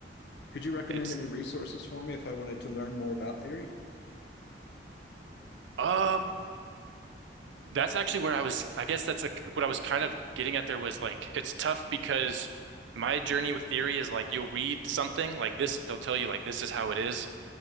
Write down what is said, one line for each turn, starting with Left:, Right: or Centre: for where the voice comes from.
Left: Could you recommend
Right: it's
Left: any resources for me if I wanted to learn more about theory?
Right: um That's actually where I was, I guess that's like what I was kind of getting at there was like, it's tough because my journey with theory is like, you'll read something like this, they'll tell you like, this is how it is.